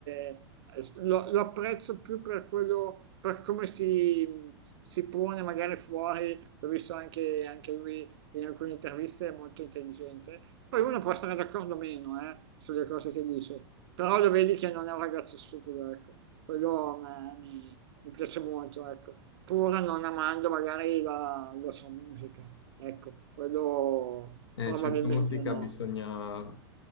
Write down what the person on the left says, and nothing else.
eh,
certa musica
bisogna,